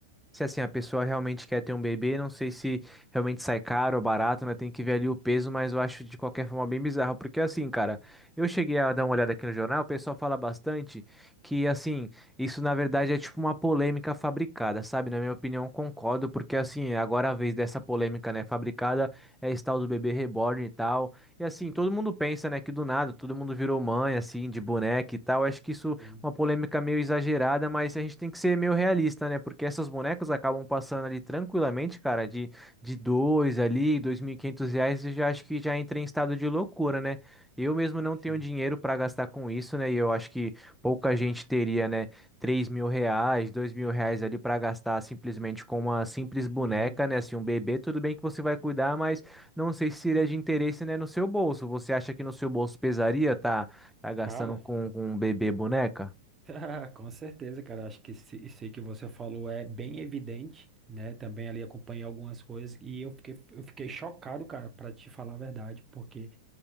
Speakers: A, in the centre; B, on the right.
A: Se assim a pessoa realmente quer ter um bebê, não sei se realmente sai caro ou barato, né? Tem que ver ali o peso, mas eu acho de qualquer forma bem bizarro, porque assim, cara, eu cheguei a dar uma olhada aqui no jornal, o pessoal fala bastante que assim, isso na verdade é tipo uma polêmica fabricada, sabe? Na minha opinião, concordo, porque assim, agora a vez dessa polêmica, né, fabricada é esse tal do bebê reborn e tal. E assim, todo mundo pensa, né, que do nada todo mundo virou mãe assim, de boneca e tal. Acho que isso
B: Sim,
A: uma polêmica meio exagerada, mas a gente tem que ser meio realista, né? Porque essas bonecas acabam passando ali tranquilamente, cara, de, de dois ali, dois mil e quinhentos reais, eu já acho que já entra em estado de loucura, né? Eu mesmo não
B: sim.
A: tenho dinheiro para gastar com isso, né? E eu acho que pouca gente teria, né, três mil reais, dois mil reais ali para gastar simplesmente com uma simples boneca,
B: sim.
A: né? Assim, um bebê, tudo bem que você vai cuidar, mas não sei se seria de interesse, né, no seu bolso. Você acha que no seu bolso pesaria, tá? Tá gastando
B: Cara,
A: com,
B: <laughs>
A: com um bebê boneca?
B: Tá, com certeza, cara. Acho que se- isso aí que você falou é bem evidente, né? Também ali acompanhei algumas coisas e eu fiquei, eu fiquei chocado, cara, pra te falar a verdade, porque